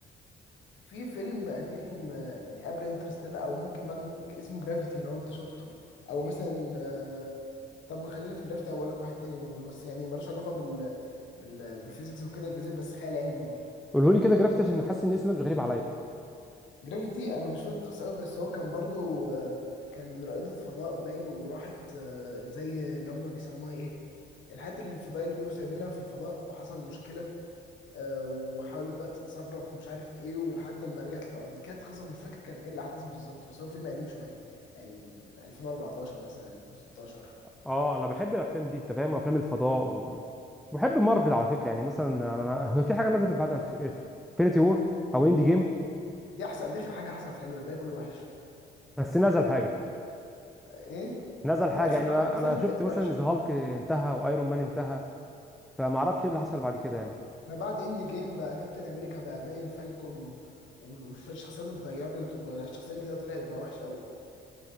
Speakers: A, on the left; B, in the centre.
A: في فيلم قديم آه، يعني قبل انترستيلر او ممكن بعد اسمه جرافيتي لو انت شفته او مثلا آه، طب ما خلينا في جرافيتي بقول لك واحد تاني برضه بس يعني ملوش علاقه بال بال بالفيزيكس وكده الجاذبيه بس خيال علمي برضه
B: قوله لي كده جرافت عشان حاسس ان الاسم ده مش غريب عليا
A: جرافيتي دي انا مش فاكر القصه قوي بس هو كان برضه آه، كان رائده فضاء باين وراحت آه، زي اللي هم بيسموها ايه الحاجات الفضائيه اللي بيبقوا سايبينها في الفضاء وحصل مشكله آه، وحاولت بقى تتصرف مش عارف ايه ولحد ما رجعت الارض كانت قصه مش فاكر كان ايه الاحداث بالظبط بس هو فيلم قديم شويه يعني من 2014 مثلا 2016
B: اه انا بحب
A: حاجه
B: الافلام
A: كده
B: دي انت فاهم افلام الفضاء وال... بحب مارفل على فكره يعني مثلا انا هو في حاجه نزلت بعد انفينيتي وور او اندي جيم
A: دي احسن دي اخر حاجه حصلت حلوه الباقي كله وحش
B: بس نزل حاجه
A: ايه
B: نزل حاجه
A: اخر
B: يعني
A: حاجه
B: انا
A: حصلت
B: انا شفت
A: بقت
B: مثلا
A: وحشه
B: ان ذا هالك انتهى وايرون مان انتهى فما اعرفش ايه اللي حصل بعد كده يعني
A: ما بعد اند جيم بقى كابتن امريكا بقى باين فالكون و- والشخصيات اتغيرت والشخصيات الجديده طلعت بقى وحش قوي